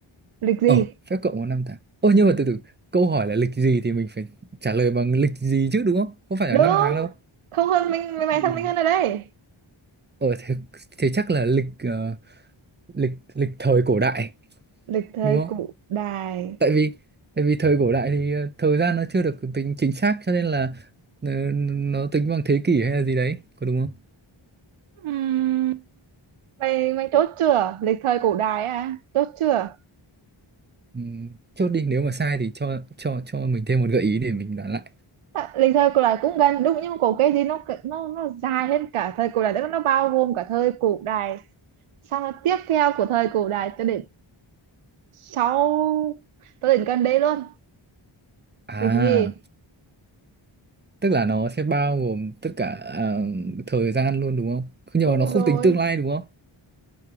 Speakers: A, on the right; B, on the right.
A: lịch gì
B: Ờ, phép cộng có năm tháng. ôi nhưng mà từ từ, câu hỏi là lịch gì thì mình phải trả lời bằng lịch gì chứ đúng không? Không phải
A: đúng
B: là năm tháng đâu.
A: thông hơn mình mày mày
B: Ừ.
A: thông minh hơn ở đây
B: Ờ thế, thế chắc là lịch ờ, lịch lịch thời cổ đại
A: lịch thời
B: đúng không?
A: cổ đại
B: tại vì tại vì thời cổ đại thì ờ, thời gian nó chưa được tính chính xác cho nên là ờ, nó tính bằng thế kỷ hay là gì đấy có đúng không
A: Ừm, mày mày chốt chưa lịch thời cổ đại à chốt chưa
B: ừ, chốt đi nếu mà sai thì cho cho cho mình thêm một gợi ý để mình đoán lại
A: À, lịch thời cổ đại cũng gần đúng nhưng mà có cái gì nó cỡ- nó nó dài hơn cả thời cổ đại tức là nó bao gồm cả thời cổ đại xong là tiếp theo của thời cổ đại cho đến sau cho đến gần đây luôn
B: à
A: lịch gì
B: tức là nó sẽ bao gồm tất cả ờ, thời gian luôn đúng không nhưng
A: đúng
B: mà nó không
A: rồi
B: tính tương lai đúng không